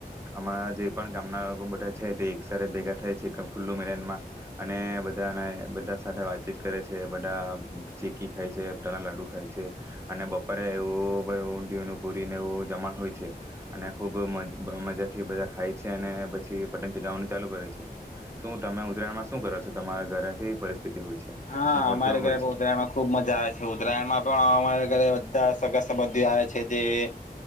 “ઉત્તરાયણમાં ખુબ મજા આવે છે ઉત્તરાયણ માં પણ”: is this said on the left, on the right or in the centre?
Left